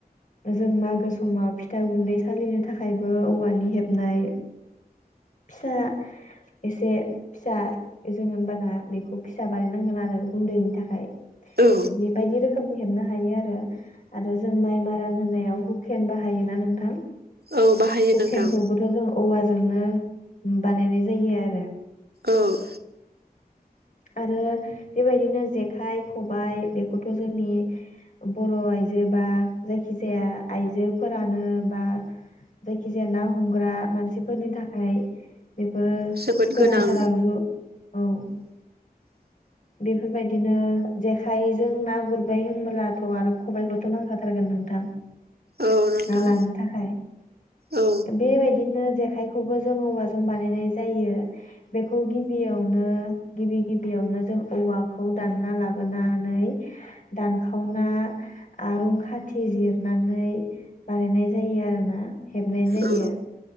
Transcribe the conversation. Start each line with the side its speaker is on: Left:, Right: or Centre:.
Left: जों मागो समाव फिथा गुन्दै सालिनो थाखायबो औवानि हेबनाय फिसा एसे फिसा जोंङो ओमबाना बेखौ फिसा बानायनांगोन आरो गुन्दैनि थाखाय
Right: औ
Left: बिदि बायदि रोखोमनि हेबनो हायो आरो आरो जों माइ मारान होनायाव हुकेन बाहायोना नोंथां?
Right: औ बाहायो
Left: हुकेनखौबोथ'
Right: नोंथां
Left: जों औवाजोंनो बानायनाय जायो आरो।
Right: औ।
Left: आरो बेबायदिनो जेखाइ खबाय बेखौथ' जोंनि बर' आइजो बा जायखिजाया आइजोफोरानो बा जायखिजाया ना हमग्रा मानसिफोरनि थाखाय बेफोरो
Right: जोबोद
Left: गोनांथार
Right: गोनां
Left: आगजु। औ। बेफोरबायदिनो जेखाइजों ना गुरबाय होनबोलाथ आरो खबायाइखौथ नांखाथारगोन नोंथां
Right: औ नोंथां
Left: ना लानो थाखाय
Right: औ
Left: बेबायदिनो जेखायखौबो जों औवाजों बानायनाय जायो बेखौ गिबियावनो गिबि गिबियावनो जों औवाखौ दानना लाबोनानै दानखावना आरुं खाथि जिरनानै बानायनाय जायो आरोना हेबनाय जायो
Right: औ